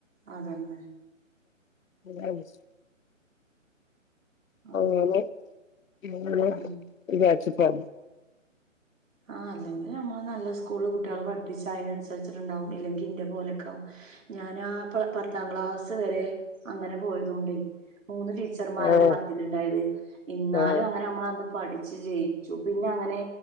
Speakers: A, on the right; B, on the left.
A: അതന്നെ.
B: ആയ്ശ്
A: അതന്നെ
B: അങ്ങനെ ഇങ്ങനെ
A: ഉം
B: വിചാരിച്ചിട്ടാണ്.
A: ആഹ് അല്ലെങ്കിൽ നമ്മൾ നല്ല സ്കൂൾള് കുട്ട്യാളെ പഠിപ്പിച്ചാ അയ്നൻസരിച്ചിട്ടുണ്ടാവും ഇല്ലെങ്കി ഇന്റെ പോലൊയൊക്കാവും. ഞാനാ പ പത്താം ക്ലാസ് വരെ അങ്ങനെ പോയതൊണ്ടേയ് മൂന്ന് ടീച്ച ടീച്ചർ മാരല്ലേ
B: ആഹ്
A: പത്തില്ണ്ടായത് ഇന്നാലും
B: ആഹ്
A: അങ്ങനെ നമ്മള് അന്ന് പഠിച്ചു ജയിച്ചു പിന്നെ അങ്ങനെ